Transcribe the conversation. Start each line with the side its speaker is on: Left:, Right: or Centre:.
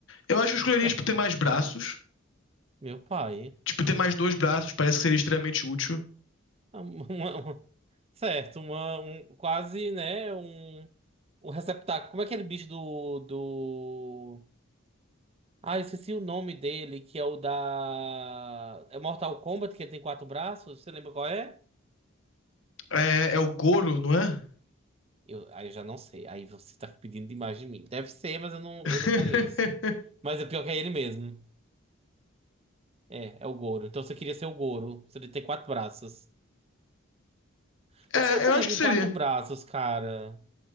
Left: Eu acho que eu escolheria,
Right: <laughs>
Left: tipo, ter mais braços.
Right: Meu pai.
Left: Tipo, ter mais dois braços parece que seria extremamente útil.
Right: Uma- uma- certo, uma, um, quase, né, um, um receptáculo. Como é aquele bicho do, do... Ah, eu esqueci o nome dele, que é o da... É Mortal Kombat, que ele tem quatro braços? Você lembra qual é?
Left: É, é o Goro, não é?
Right: Eu, aí eu já não sei. Aí você tá <laughs> pedindo demais de mim. Deve ser, mas eu não,
Left: <laughs>
Right: eu não conheço. Mas é pior que é ele mesmo. É, é o Goro. Então você queria ser o Goro. Você tem quatro braços. O que
Left: É,
Right: que você ia fazer
Left: eu acho
Right: com
Left: que seria.
Right: quatro braços, cara?